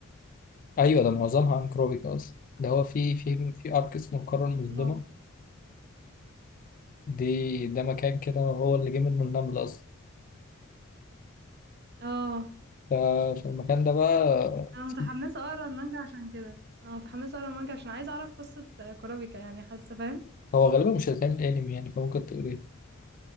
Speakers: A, on the left (about 40°); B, on the right (about 50°).
A: ايوه ده معظمها عن كروبيكا اصلا ده هو في في في ارك اسمه القاره المظلمه
B: اه
A: دي ده مكان كده هو اللي جه منه النمل اصلا
B: اه
A: ففي المكان ده بقى
B: انا متحمسه
A: في
B: اقرا المانجا عشان كده انا متحمسه اقرا المانجا عشان عايزه اعرف قصه آه، كورابيكا يعني حاسه فاهم
A: هو غالبا مش هيتعمل انمي يعني فممكن تقريه